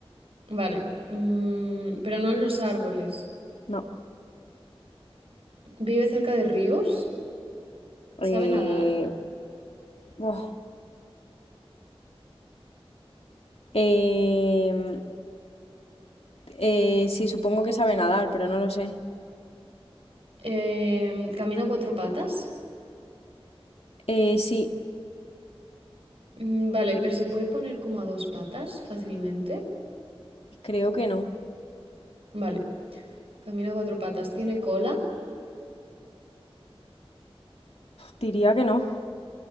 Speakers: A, on the right (about 70°); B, on the left (about 80°).
A: vale. Mm, pero no en los árboles.
B: No.
A: ¿Vive cerca de ríos?
B: Eh,
A: ¿Sabe nadar?
B: buah. Em, Eh, sí, supongo que sabe nadar, pero no lo sé.
A: Em, ¿camina a cuatro patas?
B: Eh, sí,
A: Mm, Vale, pero se puede poner como a dos patas fácilmente.
B: creo que no.
A: Vale, camina a cuatro patas, tiene cola.
B: Diría que no.